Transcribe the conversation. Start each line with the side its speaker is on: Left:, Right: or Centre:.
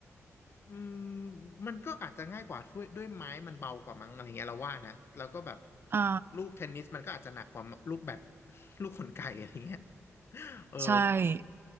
Left: อืมมันก็อาจจะง่ายกว่าด้วยด้วยไม้มันเบากว่ามั้งอะไรเงี้ยเราว่านะแล้วก็แบบ
Right: อ่า
Left: ลูกเทนนิสมันก็อาจจะหนักกว่าลูกแบด <laughs> ลูกขนไก่อะไรเงี้ยเออ
Right: ใช่